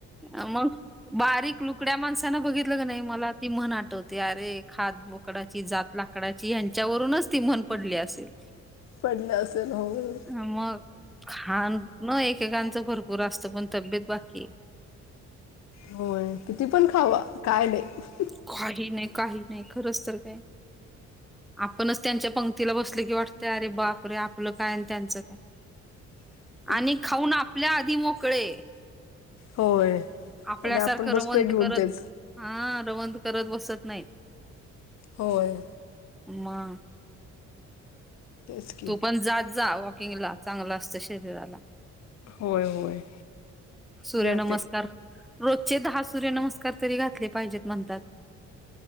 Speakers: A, in the centre; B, on the left.
A: आ मग बारीक लुकड्या माणसाना बघितल की नाही मला ती म्हण आठवते. अरे खात बोक डाची, जात लाकडाची. ह्यांच्यावरूनच ती म्हन पडली असेल.
B: पडल असेल होय.
A: हा मग खान एकेकांच भरपूर असत, पण तब्येत बाकी
B: होय किती पण खावा काय नाही.
A: खाली नाही, काही नाही खरंच तर ते आपणच त्यांच्या पंगतीला बसल की वाटतय, अरे बाप रे आपल काय आणि त्यांच काय.
B: <inaudible>
A: आणि खाऊन आपल्या आधी मोकळे.
B: होय,
A: आपल्यासारखं
B: आणि आपण बसतोय
A: रवंथ
B: घेऊन
A: करत
B: तेच.
A: हा रवंत करत बसत नाहीत.
B: होय
A: मग
B: तेच की
A: तू पण जात जा वॉकिंगला. चांगल असत शरीराला.
B: होय होय
A: सूर्य
B: जाते
A: नमस्कार रोजचे दहा सूर्यनमस्कार तरी घातले पाहिजेत म्हणतात.